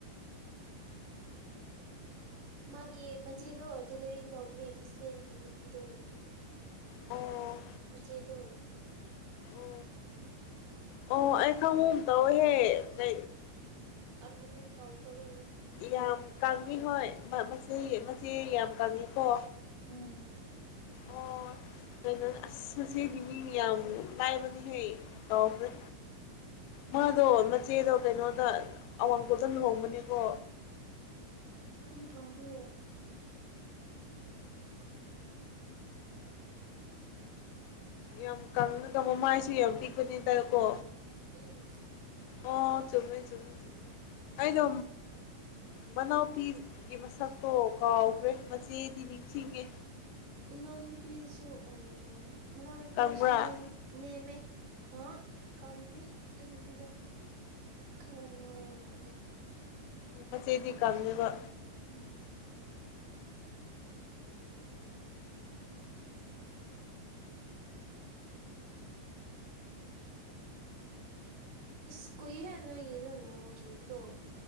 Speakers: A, on the right; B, on the left.
A: ꯃꯥꯒꯤ ꯃꯆꯦꯗꯣ ꯇꯦꯂꯔꯤꯡ ꯇꯧꯕꯅꯦ ꯕꯤꯁꯂꯦꯟꯒꯤ ꯅꯨꯄꯤꯗꯣ
B: ꯑꯣ
A: ꯃ ꯎꯆꯆꯦꯗ
B: ꯎ ꯑꯣ ꯇꯍꯦ ꯀ
A: ꯑꯃꯃ ꯃꯤ ꯀꯧꯗꯕ
B: ꯌꯥꯝ ꯀꯃꯤ ꯍ ꯃꯦ ꯃꯦ ꯌꯥꯝ ꯀꯪꯉꯤꯀꯣ
A: ꯎꯝ
B: ꯑꯣ ꯀꯩꯅꯣ ꯑꯁ ꯃꯆꯦꯒꯤ ꯃꯤ ꯌꯥꯝ ꯉꯥꯏꯕꯅꯤꯍꯦ ꯀꯥꯎꯈ꯭ꯔꯦ ꯃꯥꯗꯣ ꯃꯆꯦꯗꯣ ꯀꯩꯅꯣꯗ ꯑꯋꯥꯡꯈꯣꯜꯗ ꯂꯨꯍꯣꯡꯕꯅꯦꯀꯣ
A: ꯑꯩꯅꯦ ꯀꯈꯔꯦ
B: ꯌꯥꯝ ꯀꯪꯅꯒ ꯃ ꯃꯥꯏꯁꯨ ꯌꯥꯝ ꯄꯤꯛꯄꯅꯤ ꯇꯦꯀꯣ
A: ꯎꯝ
B: ꯑꯣ ꯆꯨꯝꯃꯦ ꯆꯃꯦ ꯆꯃꯦ ꯑꯩꯗꯣ ꯃꯅꯥꯎꯄꯤꯒꯤ ꯃꯁꯛꯇꯣ ꯀꯥꯎꯈ꯭ꯔꯦ ꯃꯆꯦꯗꯤ ꯅꯤꯡꯁꯤꯡꯉꯦ
A: ꯅꯎꯅ ꯄꯤꯁꯨ ꯎꯝ ꯃꯅꯥꯎꯅꯨꯄꯤꯗꯨꯁꯨ
B: ꯀꯪꯕ꯭ꯔꯥ
A: ꯅꯦꯝ ꯅꯦꯝꯃꯦ ꯑ ꯀꯪꯗꯦ ꯑꯗꯨ ꯅꯨꯄꯤꯔꯣ ꯈꯔ ꯅꯨꯡꯉꯥꯏꯕ ꯃꯥꯜꯂꯦ
B: ꯑꯁꯦꯗꯤ ꯀ ꯋꯥ
A: ꯎꯝ ꯏꯁꯁ ꯀꯨꯏꯦꯍꯦ ꯅꯣꯏꯒꯤ ꯅ ꯅꯣꯡ ꯅꯣꯡ ꯆꯨꯕꯗꯣ